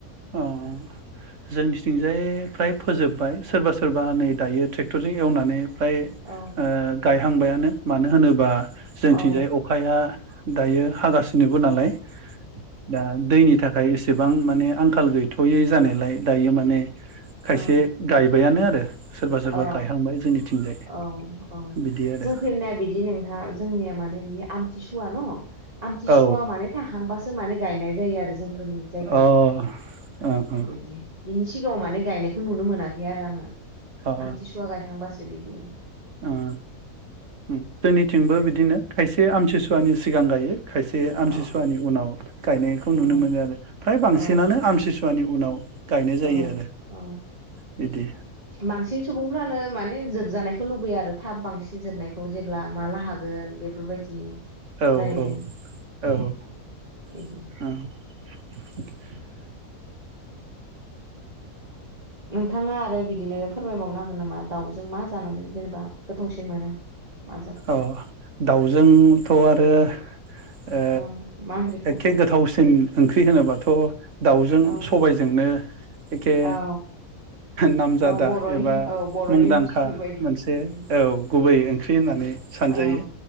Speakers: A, on the right (about 55°); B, on the right (about 25°).
A: अ अ जोंनिथिंजाय फ्राय फोजोब्बाय सोरबा सोरबा नै दायो ट्रेक्। क्टरजों एवनानै फ्राय ओ
B: औ
A: गायहांबायानो मानो होनोबा जोंथिंजाय
B: औ
A: अखाया दायो हागासिनोबो
B: औ
A: नालाय दा दैनि थाख खाय एसेबां माने। आंखाल गैथ'यै जानायलाय दायो माने खायसे
B: औ
A: गायबायानो आरो सोरबा सोरबा
B: औ
A: गायहांबाय जोंनिथिंजाय
B: औ औ
A: बिदि आरो
B: जों फैनाया बिदि नोंथा जोंनिया माने बियो आमथि सुआ न आमथिसुवा
A: औ
B: माने थाहांबासो माने गायनाय जायो आरो जों फोरनि जायगायावहाय
A: अ ओ ओ
B: बिदि बिनि सिगाङाव माने गायनायखौ नुनो मोना बि आरो आङो
A: ओ
B: आमथिसुवा गायखांबासो बि बियो।
A: ओ उम जोंनिथिंबो बिदिनो खायस से आमथिसुवानि सिगां गायो। खायसे
B: औ
A: आमति सुवानि उनाव गायनायखौ
B: औ
A: नुनो मोनो आरो फ्राय बांसिनानो
B: औ
A: आमसि सु सुवानि उनाव गायनाय जायो
B: औ
A: आरो
B: औ
A: बिदि
B: बांसिन सुबुंफ्रानो माने ने जोबजानायखौ लुबैयो आरो थाब बांसिन जोबनायखौ जेब्ला माला हागोन बेफोरबायदि
A: औ
B: जायो
A: औ औ
B: बिदि
A: ओं
B: <inaudible> नोंथाङा आरो बिदिनो फोरमायबावनो हागोन नामा दाउजों मा जानानै जेनेबा गोथावसिन मोनो? माजों
A: अ दाउजोंथ' आरो ओ
B: औ मा ओंख्रिखौहाय
A: एखे गोथावसिन ओंख्रि ख्रि होनोबाथ' दाउजों
B: औ
A: सबायजोंनो एखे
B: औ
A: नामजादा
B: औ बर'नि
A: एबा
B: औ बर'नि
A: मुंदांखा
B: ओंख्रि बायदि
A: मोनसे
B: उम
A: औ गुबै ओंख्रि होननानै सानजायो
B: औ